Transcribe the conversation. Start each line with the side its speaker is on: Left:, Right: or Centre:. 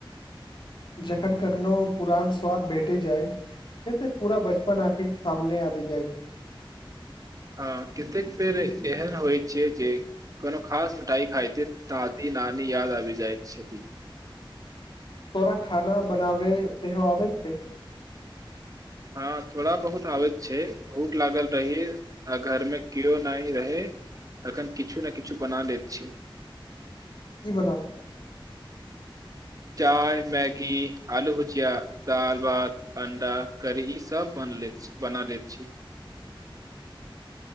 Left: जखन कखनो पुरान स्वाद भेटी जाइ छै तऽ पूरा बचपन आंखि सामने आबि जाइ छै
Right: हँ कतेक बेर एहन होइ छै जे कोनो खास मिठाई खायत दादी नानी याद आबि जाइत छथि
Left: तोरा खाना बनाब सेेहो आबैछै
Right: हँ थोड़ा बहुत आबैत छै भूख लागल रहय आ घरमे केयो नहि रहै तखन किछु ने किछु बना लैत छी
Left: की बनाउ
Right: चाय मैगी आलू भुजिया दाल भात अण्डा करी ईसभ बन ले छी बना लै छी